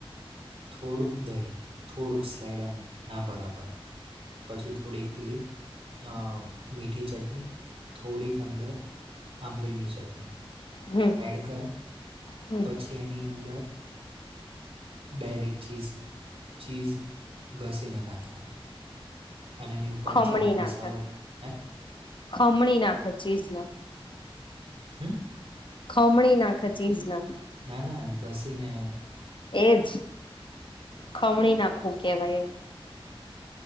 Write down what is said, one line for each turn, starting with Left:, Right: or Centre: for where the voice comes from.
Right: થોડુંક દહી થોડુંક સ્લાઈડ આમ ના બરાબર. પછી થોડીક પીલી. અ મીઠી ચટણી થોડીક અંદર આંબલીની ચટણી.
Left: હમ
Right: એડ કરે
Left: હમ
Right: પછી એની અંદર. બેર એક ચીઝ ચીઝ ઘસેને નાખેૈ. અને એની ઉપર
Left: ખમણી
Right: ચાટ મસાલો
Left: નાખે
Right: હે.
Left: ખમણી નાખે ચીજ ના.
Right: હમ.
Left: ખમણી નાખે ચીજ ના.
Right: ના ના ઘસી ને.
Left: એજ ખમણી નાખું કેહેવાય એ.